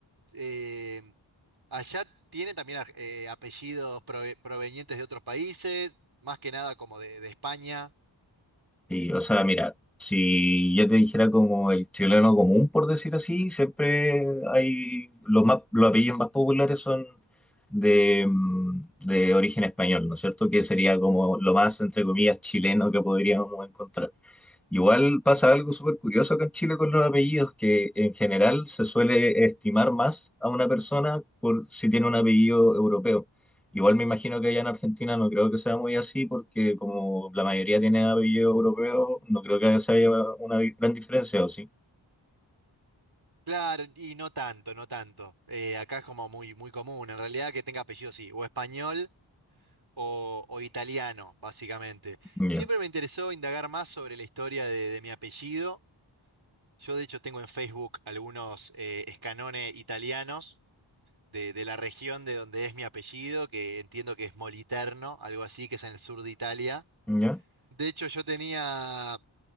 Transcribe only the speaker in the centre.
Sí, o sea, mira, si yo te dijera como el chileno común, por decir así, siempre hay los más, los apellidos más populares son de, mm, de origen español, ¿no es cierto? Que sería como lo más, entre comillas, chileno que podríamos encontrar. Igual pasa algo súper curioso acá en Chile con los apellidos, que en general se suele estimar más a una persona por si tiene un apellido europeo. Igual me imagino que allá en Argentina no creo que sea muy así, porque como la mayoría tiene apellido europeo, no creo que haya una di- gran diferencia, ¿o sí?
Ya,
ya,